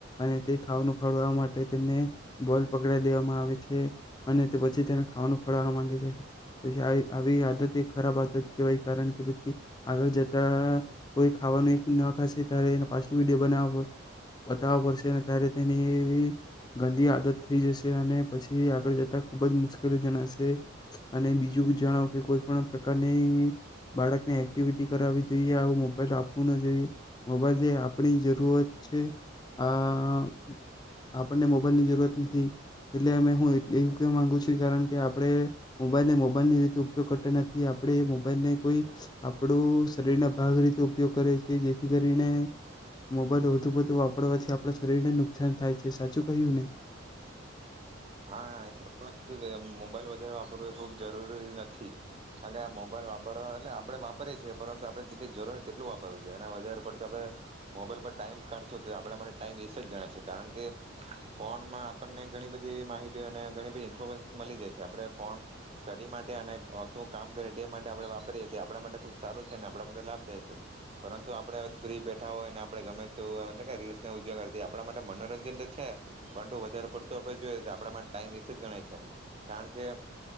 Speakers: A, on the left (about 20°); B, on the right (about 30°).
A: અને તે ખાવાનું ખવડાવા માટે તેમને મોબાઈલ પકડાવી દેવામાં આવે છે અને પછી તેને ખાવાનું ખવડાવા માંગે છે પછી આવી આદત ખરાબ આદ આદત કહેવાય કારણ કે પછી આગળ જતા કોઈ ખાવાનું એક ના ખાશે ત્યારે એ પાછો વિડીયો બનાવ બતાવવા પડશે ત્યારે તેની એવી ગંદી આદત થઈ જશે અને પછી આગળ જતા ખુબ જ મુશ્કેલી જણાશે અને બીજું જણાવો કે કોઈ પણ પ્રકાર અને બાળકને એક્ટિવિટી કરાવવી જોઈએ આવું મોબાઈલ આપવું ના જોઈએ મોબાઈલ જે આપણી જરૂરત છે આ આપણને મોબાઈલની જરૂરત નથી એટલે અમે હું એવું કેવા માંગુ છું કારણ કે આપણે મોબાઈલને મોબાઈલ ની રીતે ઉપયોગ કરતા ન થી આપણે મોબાઈલ ને કોઈ આપણું શરીરના ભાગ રીતે ઉપયોગ કરે છે જેથી કરીને મોબાઈલ વધુ પડતું વાપરવાથી આપણા શરીરને નુકસાન થાય છે સાચું કહ્યું ને.
B: હા <unintelligible> મોબાઈલ વધારે વાપરવું એ ખુબ જરૂરી નથી કારણ કે આ મોબાઈલ વાપરવા એટલે આપણે વાપરીએ છીએ પરંતુ આપણે જેટલી જરૂર હો તેટલું વાપરવું જોઈએ અને વધારે પડતો આપણે મોબાઈલ પર ટાઈમ કાઢશું તો આપણે અરે ટાઈમ વેસ્ટ જ ગણ છે કારણ કે ફોનમાં આપણને ઘણી બધી એવી માહિતી અને ઘણી બધી ઇ ખૂબ જ મળી જાય છે આપણે ફોન સ્ટડી માટે અને શું કામ કરે તે માટે આપણે વાપરીએ છીએ આપણા માટે ખુબ સારું છે અને આપણા માટે લાભદાય છે પરંતુ આપણે હજુ ફ્રી બેઠા હોય ને આપણે ગમે તે હોય એટલે કે રીલ્સ ને એવું જોયા કરીએ તે આપણા માટે મનોરંજન તો છે પરંતુ વધારે પડતો આપણે જોઈએ આપણા માટે ટાઈમ વેસ્ટ જ ગણાય છે. કારણ કે